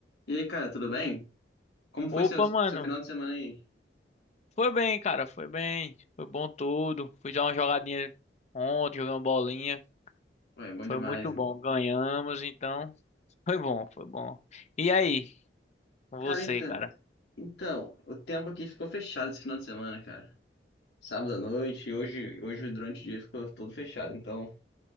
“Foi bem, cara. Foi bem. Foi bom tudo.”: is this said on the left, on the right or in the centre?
Left